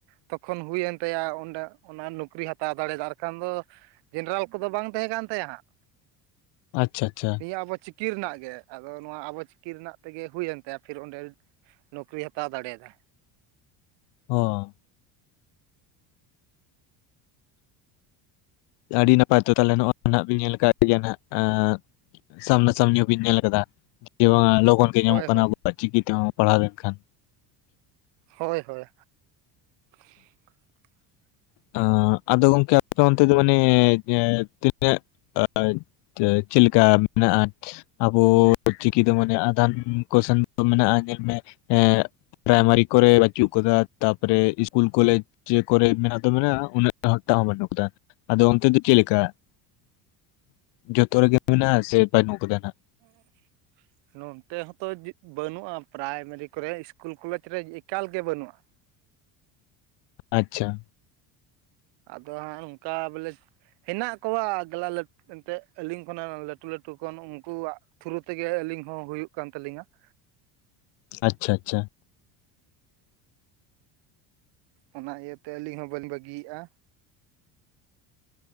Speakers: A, on the right; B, on the left.
A: ᱛᱚᱠᱷᱚᱱ ᱦᱩᱭᱮᱱ ᱛᱟᱭᱟ ᱚᱸᱰᱮ ᱚᱱᱟ ᱱᱚᱠᱨᱤ ᱦᱟᱛᱟᱣ ᱫᱟᱲᱮᱭᱟᱫᱟ, ᱟᱨ ᱠᱷᱟᱱ ᱫᱚ ᱡᱮᱱᱟᱨᱮᱞ ᱠᱚᱫᱚ ᱵᱟᱝ ᱛᱟᱦᱮᱸ ᱠᱟᱱ ᱛᱟᱭᱟ ᱦᱟᱸᱜ,
B: ᱟᱪᱪᱷᱟ ᱟᱪᱪᱷᱟ,
A: ᱱᱤᱭᱟᱹ ᱟᱵᱚ ᱪᱤᱠ ᱪᱤᱠᱤ ᱨᱮᱱᱟᱜ ᱜᱮ, ᱟᱫᱚ ᱱᱚᱣᱟ ᱟᱵᱚ ᱪᱤᱠᱤ ᱨᱮᱱᱟᱜ ᱛᱮᱜᱮ ᱦᱩᱭᱮᱱ ᱛᱟᱭᱟ ᱯᱷᱤᱨ ᱚᱸᱰᱮ ᱱᱚᱠᱨᱤ ᱦᱟ ᱦᱟᱛᱟᱣ ᱫᱟᱲᱮᱭᱟᱫᱟᱭ᱾
B: ᱦᱚᱸ᱾ ᱟᱹᱰᱤ ᱱᱟᱯᱟᱭ ᱛᱚ ᱛᱟᱞᱦᱮ ᱱᱚᱜ-ᱚ ᱱᱟᱜ ᱵᱤᱱ ᱧᱮᱞ ᱠᱟᱜ ᱜᱮᱭᱟ ᱱᱟᱦᱱᱟᱜ, ᱟᱸᱻ ᱥᱟᱢᱱᱟ ᱥᱟᱢᱱᱤ ᱦᱚᱸᱵᱤᱱ ᱧᱮᱞ ᱟᱠᱟᱫᱟ ᱡᱮ ᱵᱟᱝ ᱞᱚᱜᱚᱱ ᱜᱮ
A: ᱦᱳᱭ
B: ᱧᱟᱢᱚᱜ ᱠᱟᱱᱟ
A: ᱦᱳᱭ
B: ᱟᱵᱚᱣᱟᱜ ᱪᱤᱠᱤ ᱛᱮᱵᱚᱱ ᱯᱟᱲᱦᱟᱣ ᱞᱮᱱᱠᱷᱟᱱ᱾
A: ᱦᱳᱭ ᱦᱳᱭ᱾ <inaudible>
B: ᱟᱸᱜ, ᱟᱫᱚ ᱜᱚᱝᱠᱮ ᱟᱯᱮ ᱚᱱᱛᱮ ᱫᱚ ᱢᱟᱱᱮ ᱛᱤᱱᱟᱹᱜ ᱴᱟᱡ ᱛᱮ ᱪᱮᱫᱞᱮᱠᱟ ᱢᱮᱱᱟᱜ-ᱟᱱ? ᱟᱵᱚ ᱪᱤᱠᱤ ᱫᱚ ᱢᱟᱱᱮ ᱟᱫᱷᱟᱱ ᱠᱚ ᱥᱮᱱ ᱫᱚ ᱢᱮᱱᱟᱜ-ᱟ ᱧᱮᱞ ᱢᱮ ᱮᱸᱜ ᱯᱨᱟᱭᱢᱟᱨᱤ ᱠᱚᱨᱮ ᱵᱟᱪᱩᱜ ᱟᱠᱟᱫᱟ, ᱛᱟᱯᱚᱨᱮ ᱤᱥ ᱠᱩᱞ ᱠᱚᱞᱮᱡᱽ ᱡᱮ ᱠᱚᱨᱮ ᱢᱮᱱᱟᱜ ᱫᱚ ᱢᱮᱱᱟᱜ-ᱟ ᱩᱱᱟᱹᱜ ᱴᱟᱜ ᱮᱠᱴᱟ ᱦᱚᱸ ᱵᱟᱹᱱᱩᱜ ᱟᱠᱟᱫᱟ ᱾ ᱟᱫᱚ ᱚᱱᱛᱮ ᱫᱚ ᱪᱮᱫ ᱞᱮᱠᱟ? <inaudible> ᱡᱚᱛᱚ ᱨᱮᱜᱮ ᱢᱮᱱᱟᱜ-ᱟ ᱥᱮ ᱵᱟᱹᱱᱩᱜ ᱟᱠᱟᱫᱟ ᱱᱟᱜ?
A: <inaudible> ᱱᱚᱱᱛᱮ ᱦᱚᱸᱛᱚ ᱵᱟᱹᱱᱩᱜ-ᱟ ᱯᱨᱟᱭᱢᱟᱨᱤ ᱠᱚᱨᱮ ᱤᱥᱠᱩᱞ ᱠᱚᱞᱮᱡᱽ ᱨᱮ ᱮᱠᱟᱞ ᱜᱮ ᱵᱟᱹᱱᱩᱜ-ᱟ ᱾
B: ᱟᱪᱪᱷᱟ ᱾
A: ᱟᱫᱚ ᱦᱟᱸᱜ ᱱᱚᱝᱠᱟ ᱵᱚᱞᱮ ᱦᱮᱱᱟᱜ ᱠᱚᱣᱟ <inaudible> ᱮᱱᱛᱮᱫ, ᱟᱹᱞᱤᱧ ᱠᱷᱚᱱᱟᱜ ᱞᱟᱹᱴᱩ ᱞᱟᱹᱴᱩ ᱠᱷᱚᱱ ᱩᱱᱠᱩᱣᱟᱜ ᱛᱷᱨᱩ ᱛᱮᱜᱮ ᱟᱹᱞᱤᱧ ᱦᱚᱸ ᱦᱩᱭᱩᱜ ᱠᱟᱱ ᱛᱟᱹᱞᱤᱧᱟ ᱾
B: ᱟᱪᱪᱷᱟ ᱟᱪᱪᱷᱟ ᱾
A: ᱚᱱᱟ ᱤᱭᱟᱹᱛᱮ ᱟᱹᱞᱤᱧ ᱦᱚᱸ ᱵᱟᱹᱞᱤᱧ ᱵᱟᱹᱜᱤᱭᱮᱫ-ᱟ ᱾